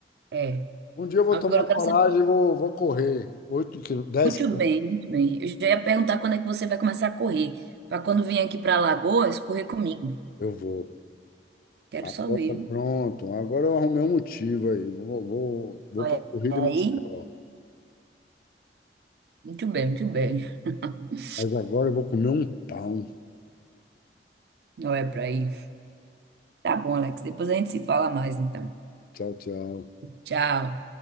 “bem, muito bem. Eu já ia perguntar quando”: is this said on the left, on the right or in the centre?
Right